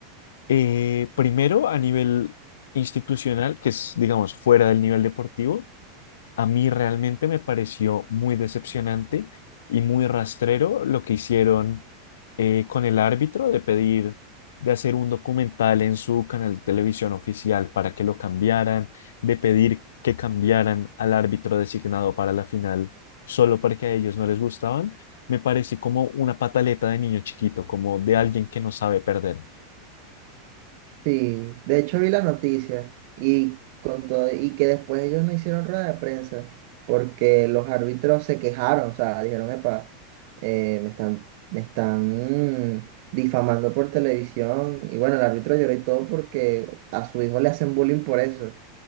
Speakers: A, on the left; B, on the right.
A: Eh, primero, a nivel institucional, que es, digamos, fuera del nivel deportivo, a mí realmente me pareció muy decepcionante y muy rastrero lo que hicieron eh, con el árbitro de pedir, de hacer un documental en su canal de televisión oficial para que lo cambiaran, de pedir que cambiaran al árbitro designado para la final solo porque a ellos no les gustaban. Me parece como una pataleta de niño chiquito, como de alguien que no sabe perder.
B: Sí, de hecho vi la noticia y, con todo, y que después ellos no hicieron rueda de prensa porque los árbitros se quejaron, o sea, dijeron, epa, eh, me están, me están mm, difamando por televisión. Y bueno, el árbitro lloró y todo porque a su hijo le hacen bullying por eso.